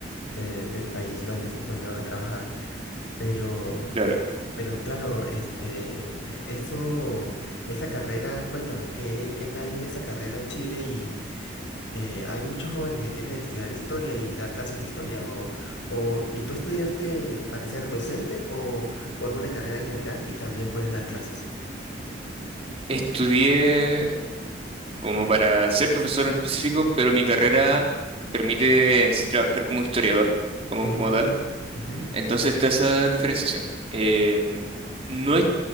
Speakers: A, on the left (about 85°); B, on the right (about 30°).
A: de- del país donde, donde vas a trabajar. Pero,
B: Claro.
A: pero claro, este, es- eso, esa carrera, cuéntame, ¿qué, qué tal es esa carrera en Chile eh, hay muchos jóvenes que quieren estudiar historia y dar clases de historia. O, o, ¿y tú estudiaste para ser docente o, o es una carrera en general y también puedes dar clases?
B: Estudié como para ser profesor en específico, pero mi carrera permite en sí trabajar como historiador, como,
A: Mm,
B: como tal.
A: ujú,
B: Entonces está esa diferenciación. Eh, no hay